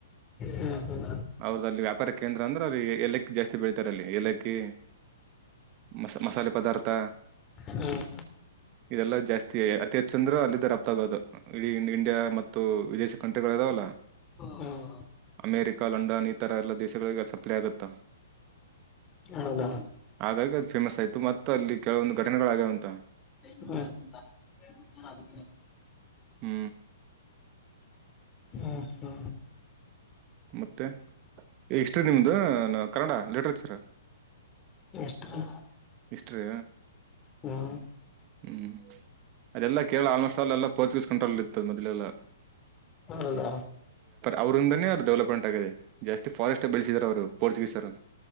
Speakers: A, on the left; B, on the right.
A: ಹ್ಮ್ ಹ್ಮ್
B: ಅವ್ರದ ಅಲ್ಲಿ ವ್ಯಾಪಾರ ಕೇಂದ್ರ ಅಂದ್ರ ಅಲ್ಲಿ ಎಲ್ಲಕ್ ಜಾಸ್ತಿ ಬೆಳತತಿ ರಲ್ಲಿ ಏಲಕ್ಕಿ ಮ ಮಸಾಲೆ ಪದಾರ್ಥ
A: ಹ್ಮ್
B: ಇದೆಲ್ಲಾ ಜಾಸ್ತಿ ಅತಿ ಹೆಚ್ಚ ಚಂದ್ರು ಅಲ್ಲಿಿದ್ದ ರಪ್ತ ಆಗೋದು ಇ ಇಂಡಿಯಾ ಮತ್ತು ವಿದೇಶಿ ಕಂಟ್ರಿಗಳ ಇದಾವಲ್ಲ
A: ಹ್ಮ್
B: ಅಮೇರಿಕ ಲಂಡನ್ ಇತರ ಎಲ್ಲ ದೇಶಗಳಿಗೆ ಸಪ್ಲೈ ಆಗುತ್ತಾ
A: ಹೌದಾ
B: ಹಾಗಾಗಿ ಅದು ಫೇಮಸ್ ಆಯ್ತು ಮತ್ತ ಅಲ್ಲಿ ಕೆಲವೊಂದು ಘಟನೆಗಳಾಗ್ಯಾವಂತ
A: ಹೂ
B: ಹೂ
A: ಹೂ ಹೂ
B: ಮತ್ತೆ ಈ ಹಿಸ್ಟ್ರಿ ನಿಮ್ದು ಕನ್ನಡ ಲಿಟ್ರೇಚರ್
A: ಹಿಸ್ಟರಿ
B: ಇಷ್ಟ್ರೀ
A: ಹ್ಮ್
B: ಹೂ ಅದೆಲ್ಲಾ ಕೇ ಆಲ್ಮೋಸ್ಟ್ ಅಲ್ಲೆಲ್ಲ ಪೋರ್ಚುಗೀಸ್ ಕಂಟ್ರೋಲ್ ಇತ್ತ ಅದು ಮೊದಲೆೆಲ್ಲ
A: ಹೌದಾ
B: ಅವರಿಂದನೆ ಅದು ಡೆವಲಪ್ಮೆಂಟ್ ಆಗಿದೆ. ಜಾಸ್ತಿ ಫಾರೆಸ್ಟೇ ಬೀಳಿಸಿದಾರ ಅವ್ರು ಪೋರ್ಚುಗೀಸ್ರು